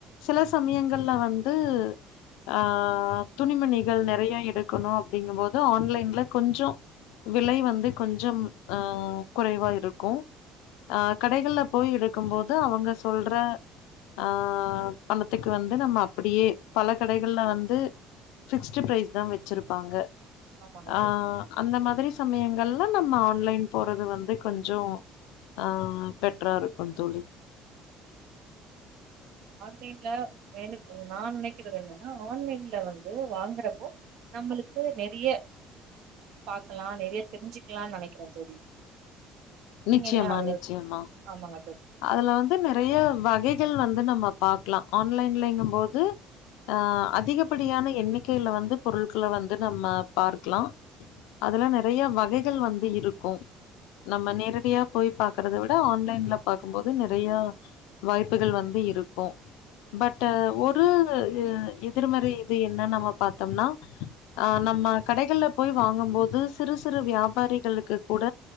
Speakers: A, on the left; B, on the right.
A: சில சமயங்கள்ல வந்து ஆ துணிமணிகள் நெறைய எடுக்கணு அப்டிங்கும்போது ஆன்லைன்ல கொஞ்சம் விலை வந்து கொஞ்சம் ஆ குறைவா இருக்கு ஆ கடைகள்ல போய் எடுக்கும்போது அவங்க சொல்ற ஆ பணத்துக்கு வந்து நம்ம அப்படியே பல கடைகள்ல வந்து பிக்ஸ்டு பிரைஸ் தான் வச்சிருப்பாங்க
B: ஆமாங்க
A: ஆ
B: தோழி
A: அந்த மாதிரி சமயங் எல்லா நம்ம ஆன்லைன் போறது வந்து கொஞ்சொ அ பெட்ரா இருக்கு தோழி
B: ஆன்லைன்ல வேண நான் நினைக்கறது என்னன்னா ஆன்லைன்ல வந்து வாங்குறப்போ நம்மளுக்கு நிறைய பாக்கலாம் நிறைய தெரிஞ்சுக்கலாம்னு நெனைக்கிறேன் தோழி நீங்க
A: நிச்சயமா
B: என்ன ஆள்க
A: நிச்சயமா
B: ஆமாங்க
A: அதுல வந்து நெறைய வகைகள் வந்து நம்ம ம பாக்லா ஆன்லைன்லைங்கும் போது அ அதிகபடியான எண்ணிக்கைல வந்து பொருள்கள வந்து நம்ம பார்க்கலா அதுல நெறைய வகைகள் வந்து இருக்கும் நம்ம நேரடியா போய் பாக்குறத விட ஆன்லைன்ல பாக்கும்போபது நெறைய வாய்ப்புகள் வந்து இருக்கும் பட் ஒரு எதிர்மறை இது என்னனு நம்ம பாத்தோம்னா ஆஹ் நம்ம கடைகள்ல போய் வாங்கும் போது சிறு சிறு வியாபாரிகளுக்கு கூட